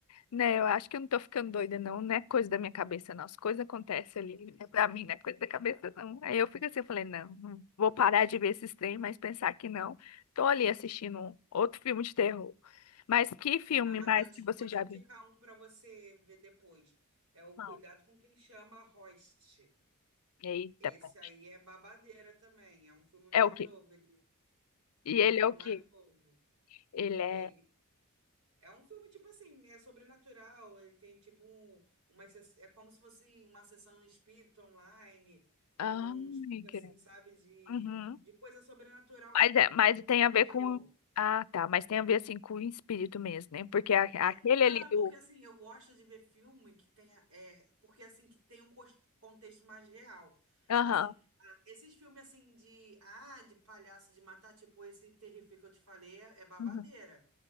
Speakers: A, on the left; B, on the right.
A: Né, eu acho que eu não tô ficando doida, não. Não é coisa da minha cabeça, não. As coisas acontecem ali. É pra mim, não é coisa da cabeça, não. Aí eu fico assim, eu falei, não, não vou parar de ver esses trem, mas pensar que não. Tô ali assistindo um outro filme de terror. Mas que filme
B: Não, mas
A: mais
B: eu te,
A: que você
B: vou te
A: já
B: indicar
A: viu?
B: um para você ver depois. É o Cuidado
A: Não.
B: com Quem Chama Host.
A: Eita,
B: Esse
A: pô.
B: aí é babadeira também. É um filme mais
A: é o quê?
B: novo. Ele,
A: E
B: é
A: ele
B: um filme
A: é o quê?
B: mais novo.
A: Ele é.
B: Ele, É um filme, tipo assim, é sobrenatural. Ele tem, tipo, um, uma. se- É como se fosse uma sessão espírita online,
A: Ah,
B: um,
A: meu
B: espírito,
A: querido.
B: assim, sabe, de,
A: Uhum.
B: de coisa sobrenatural
A: Mas,
B: com,
A: é, mas
B: com
A: tem a ver
B: terror.
A: com. Ah, tá. Mas tem a ver assim com o espírito mesmo, né? Porque a-
B: É,
A: aquele
B: não,
A: ali
B: é porque
A: do.
B: assim, eu gosto de ver filme que tenha, é, porque assim, que tem um cos- contexto mais real.
A: Aham.
B: Assim, ah, esses filmes assim de, ah, de palhaço de matar, tipo esse Terrific que eu te falei, é, é babadeira.
A: Uhum.